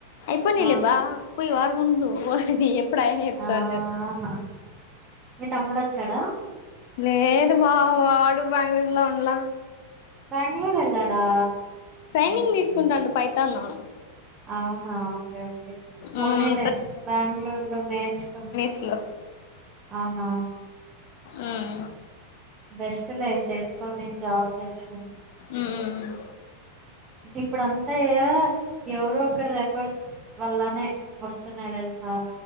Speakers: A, on the left (about 50°); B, on the right (about 25°).
A: అయిపోనీలే
B: ఆ
A: బా పోయి వారంముద్దువ్ ప్పుడు ఆయన చెప్తా
B: ఆహా
A: అన్నారు
B: మీ తమ్ముడచ్చాడా
A: లేదు బా వాడు బెంగళూరులో ఉండ్ల
B: బ్యాంగలూర్ ఎల్లాడా
A: ట్రైనింగ్ తీసుకుంటాండు పైతాను
B: అవునా ఓకే ఓకే పోనీలే
A: మ్మ్
B: బ్యాంగళూర్లో నేర్చుకో
A: సులు
B: అవున
A: మ్మ్
B: బెస్ట్ లే చేసుకోని జాబ్ తెచ్
A: ఉ ఉ
B: టే ఇప్పుడు అంతా ఎవరో ఒకరు రెఫర్ వల్లనే వస్తున్నాయి తెలుసా